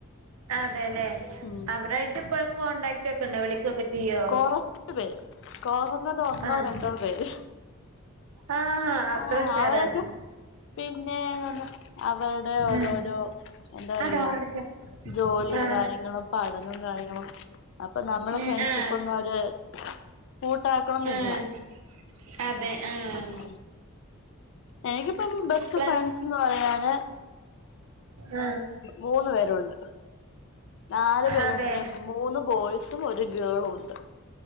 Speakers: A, on the right; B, on the left.
A: അതെല്ലെ
B: ഉം
A: അവരായിട്ട് ഇപ്പഴും കോണ്ടാക്ട് ഒക്കെ ഉണ്ടോ വിളിക്കൊക്കെ ചെയ്യോ
B: കൊറച്ച് പേര് കൊറഞ്ഞത് ഒന്നോരണ്ടോ
A: ആഹ്
B: പേര്
A: ആഹ് അത്ര
B: ആഹ്
A: ഉഷാറാണ്
B: അവരൊക്കെ പിന്നെ അവരുടെ ഓരോരോ
A: ഉം
B: എന്താറിയാ
A: ആ ഡോറടച്ചേ
B: ജോലിയും
A: ആഹ്
B: കാര്യങ്ങളും പഠനം കാര്യങ്ങളും അപ്പൊ നമ്മള
A: ഉം
B: ഫ്രണ്ട്ഷിപ്പൊന്നു
A: ആഹ്
B: അവര് കൂട്ടാക്കണന്നില്ല
A: ആഹ് അതെ ആഹ്
B: ഉം എനിക്കിപ്പം ബെസ്റ്റ്
A: പ്ലസ്
B: ഫ്രണ്ട്സ്ന്ന് പറയാന്
A: ആഹ്
B: മൂന്നു പേരുണ്ട് നാലു പേരുണ്ട്
A: അതെ
B: മൂന്ന് ബോയ്സും ഒരു ഗേളുണ്ട്